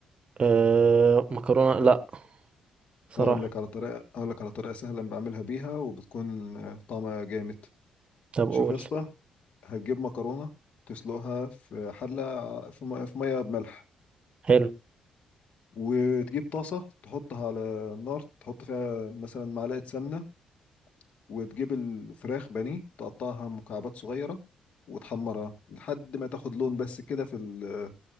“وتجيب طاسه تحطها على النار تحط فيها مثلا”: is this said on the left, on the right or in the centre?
Left